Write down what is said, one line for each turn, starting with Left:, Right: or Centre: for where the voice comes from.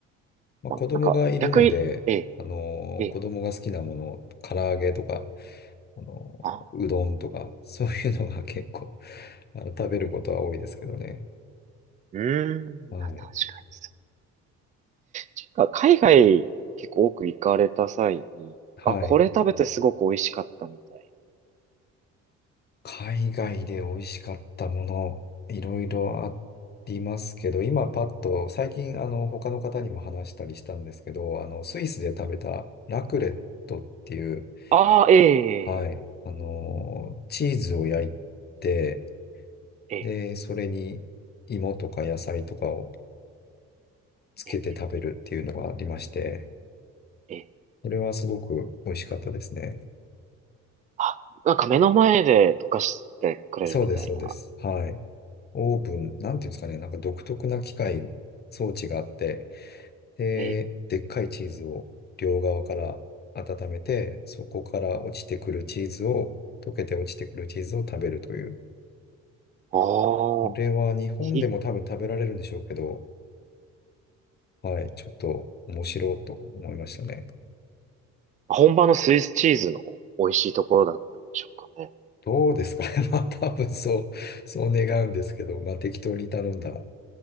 Left: まあ、
Right: まあ、
Left: 子供がいるので、
Right: なんか、逆に、ええ、
Left: あのー子供が好きなもの、
Right: ええ、
Left: 唐揚げとか、あのーうどんとか、
Right: あ、
Left: <laughs> そういうのが結構、あの、食べることは多いですけどね。
Right: うーん、
Left: はい。
Right: まあ確かにそう。ちか、海外結構多く行かれた際に、
Left: はい。
Right: あ、これ食べてすごく美味しかったみたい。
Left: 海外で美味しかったもの、いろいろありますけど、今パッと、最近、あの、他の方にも話したりしたんですけど、あの、スイスで食べたラクレットっていう、
Right: ああ、ええ、
Left: はい。あのー、チーズを焼いて、
Right: ええ、
Left: で、それに芋とか野菜とかをつけて食べるっていうのがありまして、
Right: ええ、ええ、
Left: それはすごく美味しかったですね。
Right: あ、なんか目の前で溶かしてくれるみたいな。
Left: そうです、そうです。はい。オーブン、なんていうんですかね、なんか独特な機械、装置があって、で、
Right: ええ、
Left: でっかいチーズを両側から温めて、そこから落ちてくるチーズを、溶けて落ちてくるチーズを食べるという。
Right: ああ、
Left: あれは日本でも多分食べられるんでしょうけど、
Right: ひ、
Left: はい、ちょっと面白いと思いましたね。
Right: 本場のスイスチーズの美味しいところだったんでしょうかね。
Left: どうですかね。<laughs> まあ多分そう、そう願うんですけど、まあ適当に頼んだ